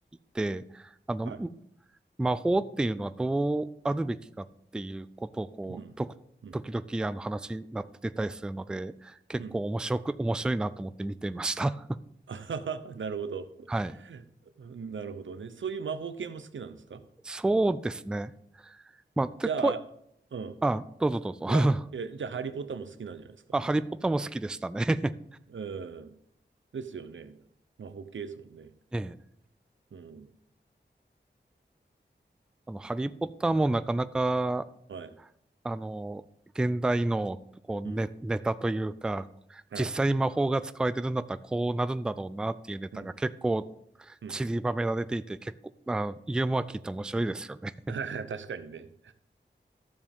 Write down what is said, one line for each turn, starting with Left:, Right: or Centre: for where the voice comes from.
Centre: で、あの、
Right: はい、
Centre: 魔法っていうのはどうあるべきかっていうことをこう、
Right: うん、
Centre: とく時々あの話になって出たりするので、
Right: うん、
Centre: 結構面白く、
Right: うん。
Centre: 面白いなと思って見ていました。
Right: あー <laughs> なるほど。
Centre: <laughs> はい。
Right: なるほどね。そういう魔法系も好きなんですか
Centre: そうですね。まあ、て、
Right: じゃあ、
Centre: と、
Right: うん。
Centre: あ、どうぞどうぞ。
Right: じゃあ、
Centre: <laughs>
Right: え、じゃあ、ハリー・ポッターも好きなんじゃないですか
Centre: あ、ハリーポッターも好きでしたね。
Right: うん。ですよね。魔法系ですもんね。
Centre: ええ。
Right: うん。
Centre: あの、ハリーポッターもなかなか、
Right: はい。
Centre: あの、現代の、こう、ネ、
Right: うん。
Centre: ネタというか、
Right: はい。
Centre: 実際に魔法が使われてるんだったらこうなるんだろうなっていうネタが結構
Right: うん。うん。
Centre: 散りばめられていて、結構、あ、ユーモア効いて面白いですよね。
Right: <laughs> 確かにね。